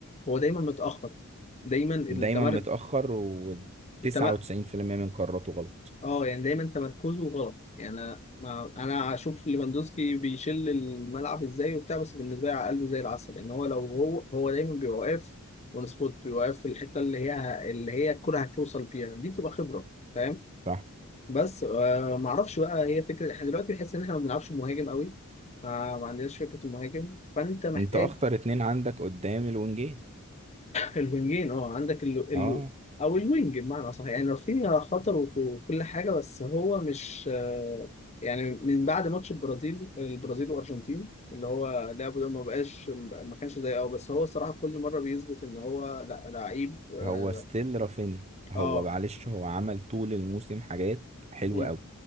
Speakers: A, on the left; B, on the right.
A: هو دايما متاخر دايما التمر
B: دايما متأخر و99%
A: التم...
B: من قراراته غلط
A: اه يعني دايما تمركزه غلط يعني انا ما... انا اشوف ليفاندوسكي بيشل الملعب ازاي وبتاع بس بالنسبه لي على قلبه زي العسل لان هو لو هو هو دايما بيبقى واقف اون سبوت بيبقى واقف في الحته اللي هي اللي هي الكره هتوصل فيها دي تبقى خبره فاهم
B: صح
A: بس آه ما اعرفش بقى هي فكره احنا دلوقتي بنحس ان احنا ما بنلعبش مهاجم قوي ما ما عندناش فكره المهاجم فانت محتاج
B: انت اخطر اتنين عندك قدام الونجين
A: الوينجين اه عندك ال... ال...
B: اه
A: او الوينج بمعنى صح يعني رافينيا خطر وك- وكل حاجه بس هو مش آه يعني من بعد ماتش البرازيل البرازيل والارجنتين اللي هو لعبه ده ما بقاش ما كانش زي اه بس هو الصراحه كل مره بيثبت ان هو لا لعيب اه,
B: هو ستيل رافينيا هو
A: آه.
B: معلش هو عمل طول الموسم حاجات حلوة
A: مم،
B: قوي